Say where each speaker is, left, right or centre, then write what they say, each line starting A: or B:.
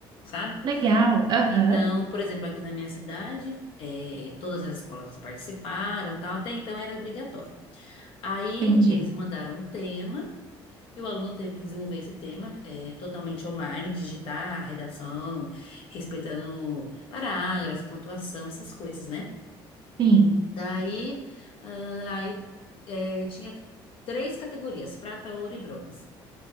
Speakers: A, on the left; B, on the right.
A: sabe?
B: legal. Aham,
A: Então, por exemplo, aqui na minha cidade, eh, todas as escolas participaram, tal, até então era obrigatório. Aí
B: entendi.
A: eles mandaram um tema e o aluno teve que desenvolver esse tema eh, totalmente online, digitar a redação, respeitando parágrafo, pontuação, essas coisas, né?
B: Sim,
A: Daí, ah, aí eh, tinha três categorias, prata, ouro e bronze.